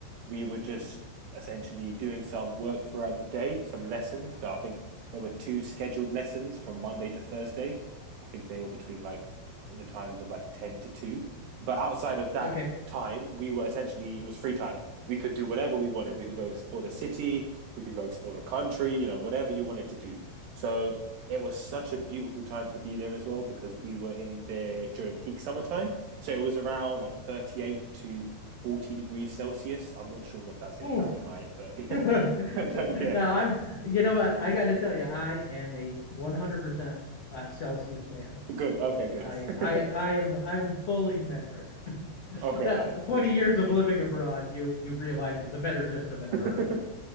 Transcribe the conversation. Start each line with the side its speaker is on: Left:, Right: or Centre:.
Right: we were just essentially doing some work throughout the day, some lessons. So I think there were two scheduled lessons from Monday to Thursday. I think they were between like the times of like ten to two. But outside of that
Left: Okay.
Right: time, we were essentially it was free time. We could do whatever we wanted. We could go explore the city. We could go explore the country. You know, whatever you wanted to do. So it was such a beautiful time to be there as well because we were in there during peak summertime. So it was around like 38 to 40 degrees Celsius. I'm not sure what that's in
Left: Ooh.
Right: Fahrenheit, but yeah.
Left: <laughs>
Right: <laughs> but yeah,
Left: Now I'm you know what? I gotta tell you, I am a 100% uh, Celsius man.
Right: good. Okay, good.
Left: I
Right: <laughs>
Left: I I am I'm fully metric. <laughs>
Right: okay,
Left: that
Right: nice.
Left: 20
Right: Yeah.
Left: years of living abroad, you you realize it's a better system in
Right: <laughs>
Left: a hurry.